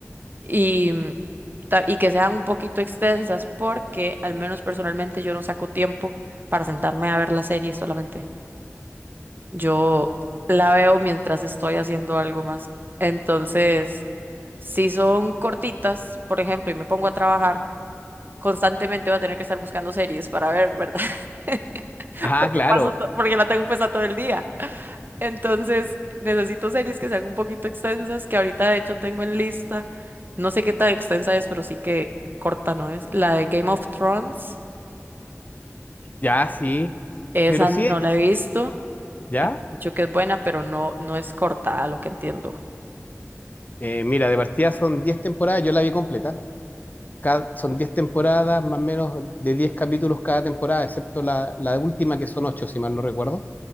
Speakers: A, on the right; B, on the left.
A: Y, mm, ta- y que sean un poquito extensas porque al menos personalmente yo no saco tiempo para sentarme a ver la serie solamente. Yo la veo mientras estoy haciendo algo más. Entonces, si son cortitas, por ejemplo, y me pongo a trabajar, constantemente voy a tener que estar buscando series para ver, ¿verdad? <laughs>
B: Ah,
A: Porque
B: claro,
A: paso to- porque la tengo puesta todo el día. Entonces, necesito series que sean un poquito extensas, que ahorita de hecho tengo en lista. No sé qué tan extensa es, pero sí que corta no es. La de Game of Thrones,
B: ya, sí.
A: esa
B: Pero sí,
A: no
B: es,
A: la he visto
B: ¿ya?
A: y me han dicho que es buena, pero no, no es corta, a lo que entiendo.
B: Eh, mira, de partida son 10 temporadas, yo la vi completa. Cada- son 10 temporadas, más o menos de 10 capítulos cada temporada, excepto la, la última que son 8, si mal no recuerdo,